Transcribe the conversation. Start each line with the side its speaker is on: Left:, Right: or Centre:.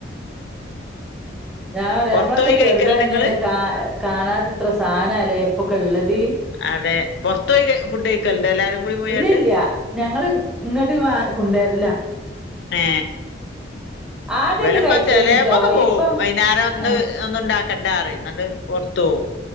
Centre: ഞാൻ പറയാ
Left: പൊറത്ത്
Centre: നമ്മളൊക്കെ
Left: പോയി
Centre: ചെറുതാ
Left: കഴിക്കലുണ്ടോ
Centre: ഇനിന്ന്
Left: ഇങ്ങള്
Centre: കാ കാണാനെത്ര സാധനല്ലേ എപ്പൊക്കെ ഇള്ളത്
Left: അതെ പൊറത്ത് പോയി ഫുഡ് കഴിക്കലുണ്ടോ എല്ലാരും കൂടി പോയാട്ട്
Centre: ഇല്ലല്ല ഞങ്ങള് ഇങ്ങോട്ട് കൊണ്ടരില്ല
Left: ഏ
Centre: ആദ്യൊക്കെ
Left: ഇവലപ്പ
Centre: കഴിക്കേനിട്ടോ
Left: ചെലയപ്പൊക്കെ പോവും
Centre: ഇപ്പൊ
Left: വൈന്നേ വേറേ ഒന്നും
Centre: ആ,
Left: ഒന്നും ഒണ്ടാക്ക കണ്ടാറിയും. എന്നിട്ട് പൊറത്ത് പോവും.